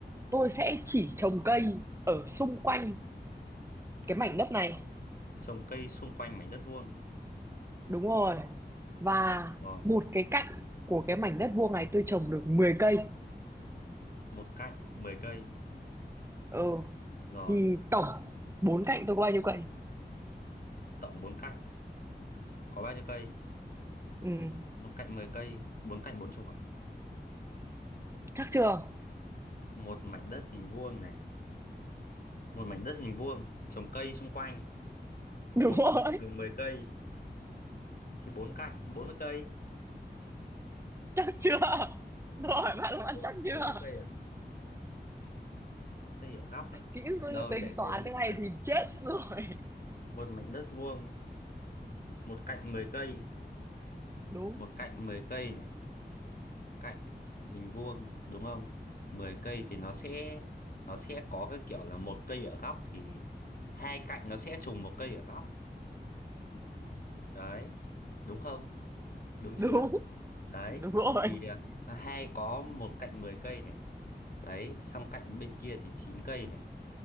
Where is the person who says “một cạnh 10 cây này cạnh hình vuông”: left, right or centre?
Left